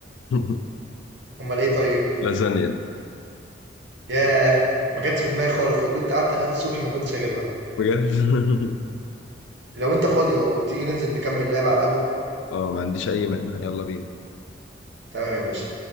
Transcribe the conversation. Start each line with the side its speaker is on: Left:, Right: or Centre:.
Left: <laughs>
Right: امال ايه طيب
Left: لازانيا
Right: ياه ما جاتش في دماغي خالص لو كنت قعدت لحد الصبح ما كنتش هجيبها
Left: بجد؟ <laughs>
Right: لو انت فاضي تيجي ننزل نكمل لعب على القهوة
Left: اه ما عنديش أي مانع يلا بينا
Right: تمام يا باشا